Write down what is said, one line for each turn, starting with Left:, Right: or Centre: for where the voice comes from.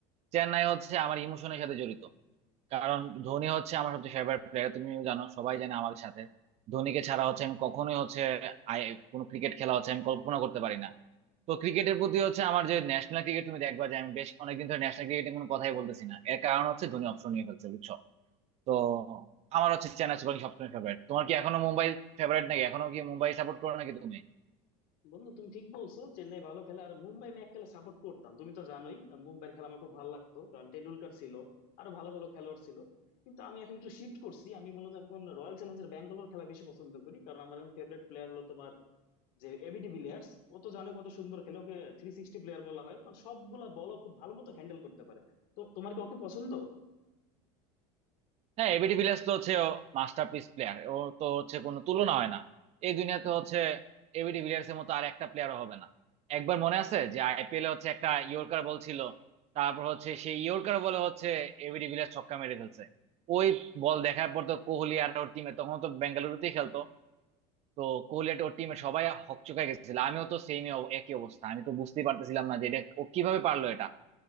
Right: চেন্নাই হচ্ছে আমার ইমোশনের সাথে জড়িত কারণ ধোনি হচ্ছে আমার সবচেয়ে ফেভারিট প্লেয়ার তুমি জানো সবাই জানে আমাদের সাথে ধোনিকে ছাড়া হচ্ছে আমি কখনোই হচ্ছে আই- কোনো ক্রিকেট খেলা হচ্ছে আমি কল্পনা করতে পারি না তো ক্রিকেটের প্রতি হচ্ছে আমার যে ন্যাশনাল ক্রিকেট তুমি দেখবা যে আমি বেশ অনেকদিন ধরে ন্যাশনাল ক্রিকেটে কোনো কথাই বলতেছি না এর কারণ হচ্ছে ধোনি অপশন নিয়ে ফেলছে বুঝছো তো আমার হচ্ছে চেন্নাই সুপার কিংস সবসময় ফেভারিট তোমার কি এখনো মুম্বাই ফেভারিট নাকি এখনো কি মুম্বাই সাপোর্ট করো নাকি তুমি
Left: বন্ধু তুমি ঠিক বলছো চেন্নাই ভালো খেলে আর মুম্বাই আমি এক খেলা সাপোর্ট করতাম তুমি তো জানোই আহ, মুম্বাইয়ের খেলা আমার খুব ভালো লাগতো কারণ টেন্ডুলকার ছিল আরো ভালো ভালো খেলোয়াড় ছিল কিন্তু আমি এখন একটু শিফট করছি আমি মূলত এখন রয়্যাল চ্যালেঞ্জার্স ব্যাঙ্গালোর খেলা বেশি পছন্দ করি কারণ আমার এখন ফেভারিট প্লেয়ার হলো তোমার যে এবি ডিভিলিয়ার্স ও তো জানো কত সুন্দর খেলে ওকে থ্রি সিক্সটি প্লেয়ার বলা হয় কারণ সবগুলা বল খুব ভালো মতো হ্যান্ডেল করতে পারে তো তোমার কি ওকে পছন্দ
Right: হ্যাঁ এবিডি ভিলিয়ার্স তো হচ্ছে মাস্টারপিস প্লেয়ার ও masterpiece player, ও তো হচ্ছে কোনো তুলনা হয় না এই দুনিয়াতে হচ্ছে এবিডি ভিলিয়ার্স এর মতো আর একটা প্লেয়ারও হবে না একবার মনে আছে যে আইপিএল এ হচ্ছে একটা ইয়র্কার বল ছিল তারপর হচ্ছে সেই ইয়র্কার বলে হচ্ছে এবিডি ভিলিয়ার্স ছক্কা মেরে ফেলছে ওই বল দেখার পর তো কোহলি আর ওর টিমে তখন তো বেঙ্গালুরুতেই খেলতো তো কোহলি আর ওর টিমে সবাই হকচকায় গেছিল আমিও তো সেমই একই অবস্থা আমি তো বুঝতেই পারতেছিলাম না যে এটা ও কিভাবে পারলো এটা